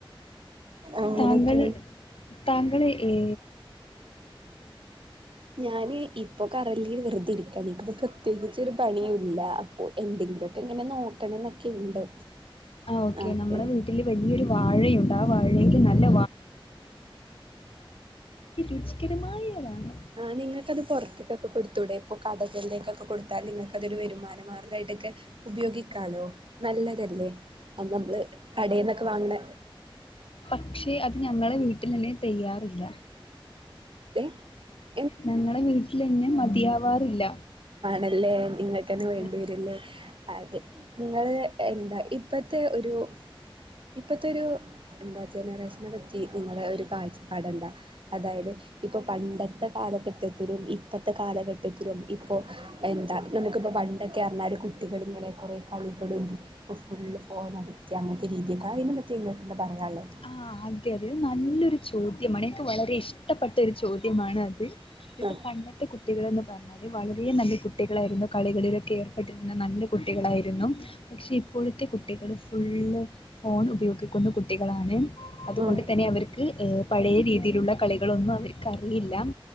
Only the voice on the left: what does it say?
താങ്കൾ താങ്കളെ ഏ ഏ
ഓക്കെ
നമ്മളെ വീട്ടിൽ വലിയൊരു വാഴയുണ്ട് ആ വാഴയിൽ നല്ല രുചികരമായയാതാണ്.
പക്ഷെ അത് ഞങ്ങളെ വീട്ടി തെകയാറില്ല.
ഞങ്ങളെ വീട്ടിലെന്നെ മതിയാവാറില്ല.
അതെ
ആ അതെ അതെ നല്ലൊരു ചോദ്യമാണ് എനിക്ക് വളരെ ഇഷ്ടപ്പെട്ട ഒരു ചോദ്യമാണ് അത് ഇ
പണ്ടത്തെ കുട്ടികൾന്ന് പറഞ്ഞാ വളരെ നല്ല കുട്ടികളായിരുന്നു. കളികളിലൊക്കെ ഏർപ്പെട്ടിരുന്ന നല്ല കുട്ടികളായിരുന്നു. പക്ഷെ ഇപ്പോഴത്തെ കുട്ടികളും ഫുള്ള് ഫോൺ ഉപയോഗിക്കുന്ന കുട്ടി ക്കളാണ് അതുകൊണ്ട്
തന്നെ അവർക്ക് പഴയ രീതിയിലുള്ള കളികളൊന്നും അവർ ക്കറിയില്ല